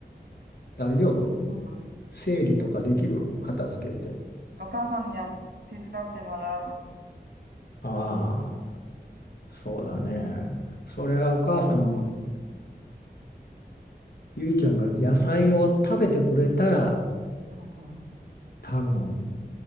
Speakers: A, on the left; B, on the right.
A: 大丈夫
B: うん。
A: 整理とかできる片付けて。
B: お母さんにや、手伝ってもらう。
A: ああ、そうだね。それはお母さん、ゆいちゃんが野菜を食べてくれたら
B: うんう
A: 多分